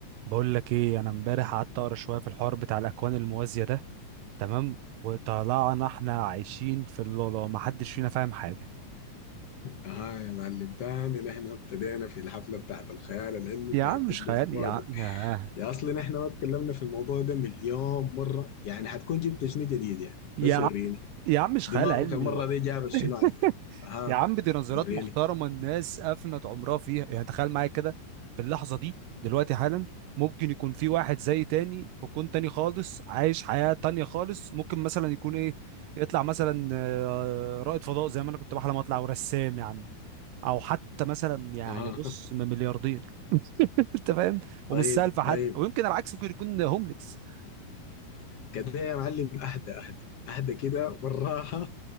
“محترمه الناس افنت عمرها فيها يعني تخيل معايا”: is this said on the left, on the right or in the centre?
Right